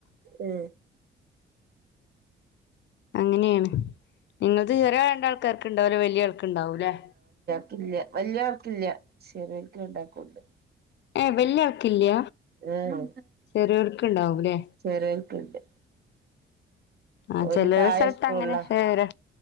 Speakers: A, on the right; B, on the left.
A: ഏ
B: അങ്ങനെയാണ് നിങ്ങത് ചേറ്യേ രണ്ടാൾക്കാര്ക്ക് ഉണ്ടാവുല വല്യാൾക്ക് ആൾക്ക്ണ്ടാവുംലെ
A: ല്ല വല്യ ആൾ ക്കില്ല ചെറിയൊരിക്ക് രണ്ടാക്കുണ്ട്
B: ഏ വെല്യാൾക്കില്ല
A: ഏഹ്
B: ചെറിയോരിക്ക് ഇണ്ടാവുംല്ലേ
A: ചെറിയോൽക്ക്ണ്ട്
B: ആ
A: ഓല്
B: ചേലോരെ
A: താഴെ
B: സ്ഥലത്ത്
A: സ്കൂളിലാ
B: അങ്ങനെ വേറെ